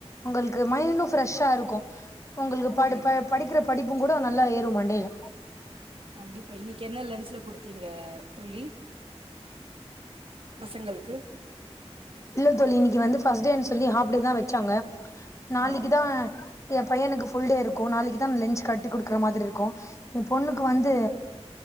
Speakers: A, on the left; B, on the right.
A: உங்களுக்கு மைண்டு ஃப்ரெஷ்ஷா இருக்கு ஒங்களுக்கு
B: கண்டிப்பா
A: படி ப
B: கண்டிப்பா.
A: படிக்கிற படிப்புங் கூட நல்லா ஏறு மண்டைல
B: கண்டிப்பா இன்னைக்கு என்ன லன்ச்ல குடுத்தீங்க தோழி பசங்களுக்கு
A: இல்ல தோழி இன்னைக்கு வந்து ஃபஸ்ட் டேன்னு சொல்லி ஹாஃப் டே தா வச்சாங்க நாளைக்குதா
B: ஆஹா.
A: என் பையனுக்கு ஃபுல் டே இருக்கும் நாளைக்கு தா லஞ்சச் கட்டி குடுக்குற மாதிரி இருக்கும் எ பொண்ணுக்கு வந்து